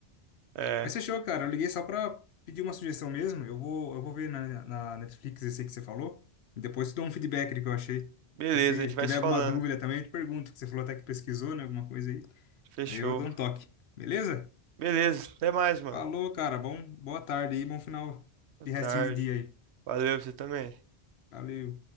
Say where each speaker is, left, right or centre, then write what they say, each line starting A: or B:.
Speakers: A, on the right; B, on the left.
A: É.
B: Mas fechou, cara. Eu liguei só pra pedir uma sugestão mesmo. Eu vou, eu vou ver na, na Netflix esse que você falou, e depois te dou um feedback do que eu achei.
A: Beleza,
B: E se
A: a gente vai
B: tiver
A: se
B: alguma
A: falando.
B: dúvida também, eu te pergunto, que você falou até que pesquisou, né? Alguma coisa aí.
A: Fechou.
B: Aí eu dou um toque. Beleza?
A: Beleza, até mais, mano.
B: Falou, cara. Bom, boa tarde aí, bom final
A: Boa
B: de
A: tarde.
B: restinho de dia aí.
A: Valeu, você também.
B: Valeu.